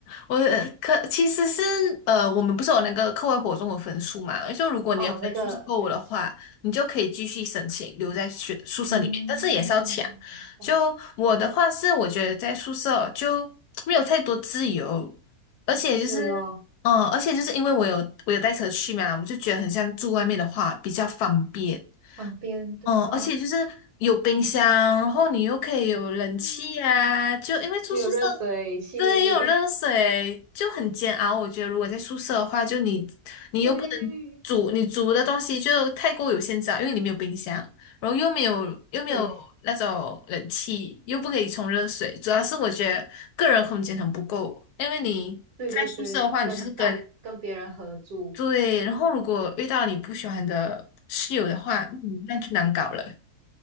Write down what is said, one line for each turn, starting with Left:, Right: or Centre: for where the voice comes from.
Left: 我呃可其实是呃，我们不是有那个课外活动的分数嘛？就如果你的分数是够的话，
Right: 哦，那个对，知道，
Left: 你就可以继续申请留在学宿舍里面，
Right: 嗯，
Left: 但是也是要抢。
Right: 明白
Left: 就我的话是，我觉得在宿舍哦就没有太多自由，而且就是，
Right: 是哦，
Left: 嗯、而且就是因为我有我有带车去嘛，我就觉得很像住外面的话比较方便。
Right: 旁边，对哦，
Left: 哦，而且就是有冰箱，然后你又可以有冷气啊，
Right: 嗯，
Left: 就因为住宿舍，
Right: 有热水器，
Left: 对，又有热水，
Right: <laughs>
Left: 就很煎熬。我觉得如果在宿舍的话，就你你又不能煮，
Right: 对
Left: 你煮的东西就太过有限制啊，因为你没有冰箱，然后又没有又没有那种冷气，
Right: 对
Left: 又不可以冲热水。主要是我觉得个人空间很不够，因为你在宿舍的话，
Right: 对对对，跟大跟别人合住，
Left: 你就是跟对，然后如果遇到你不喜欢的室友的话，嗯，那就难搞了。